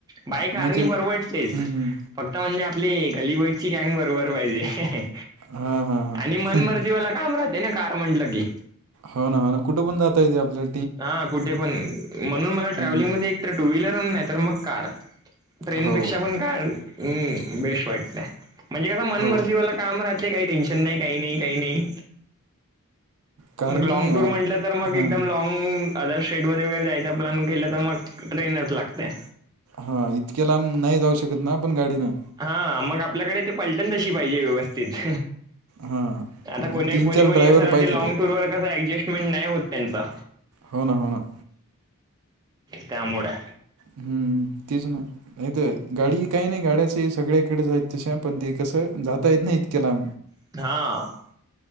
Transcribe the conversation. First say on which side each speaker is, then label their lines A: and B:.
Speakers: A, on the right; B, on the right.
A: बाय कारणी
B: म्हणजे
A: परवडतेच
B: हम्म हम्म
A: फक्त म्हणजे आपली गलीिबोईची गँग बरोबर पाहिजे
B: हा हा हा
A: आणि मनमर्जीवाला काम राहते ना कार म्हटलं की
B: हो ना हो ना कुठे पण जाता येते आपल्या
A: हा कुठे पण म्हणून मला ट्रॅव्हलिंग
B: हम्म
A: मध्ये एक तर टू व्हीलर नाही तर मग कार ट्रेनपेक्षा
B: हो
A: पण काय् बेस्ट वाईट नाही म्हणजे कस मनमर्जीवाला
B: हो
A: काम राहते काही टेन्शन नाही काही नाही काही नाही
B: कारणी
A: मग लॉंग
B: अ,
A: टूर म्हटलं तर मग
B: हां
A: एकदम लँंग अदर स्टेट म वगैरे जायचा प्लन केलं तर मग ट्रेनच लागते
B: हा इतक्या लांब नाही जाऊ शकत ना आपण गाडीन
A: हा मग आपल्याकडे ते पलटण तशी पाहिजे व्यवस्थित
B: हां
A: आता कोणी
B: मग तीन
A: कोणी
B: चार
A: कोणी
B: ड्रायव्हर
A: असं राह
B: पाहिजे
A: ते लँंग
B: तर
A: टूर वर कस ऍडजस्टमेंट नाही होत त्यांचा
B: हो ना हो ना
A: त्यामुळे
B: हम्म तेच ना नाही तर गाडी काही नाही गाड्याचे सगळ्या इकडेच आहेत तश पण ते कसं जाता येत नाही इतक्याला
A: हा